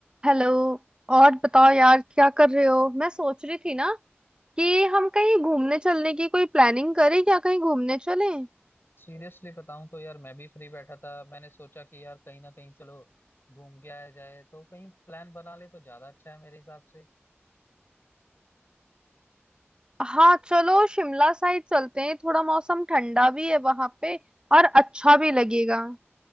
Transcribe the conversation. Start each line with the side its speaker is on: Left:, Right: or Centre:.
Right: Hello और बताओ यार क्या कर रहे हो मैं सोच रही थी ना कि हम कहीं घूमने चलने की कोई प्लानिंग करें क्या कहीं घूमने चलें
Left: सीरियसली बताऊं तो यार मैं भी फ्री बैठा था मैंने सोचा कि यार कहीं ना कहीं चलो घूम के आया जाए तो कहीं प्लान बना ले तो ज्यादा अच्छा है मेरे हिसाब से
Right: हाँ चलो शिमला साइड चलते हैं थोड़ा मौसम ठंडा भी है वहां पे और अच्छा भी लगेगा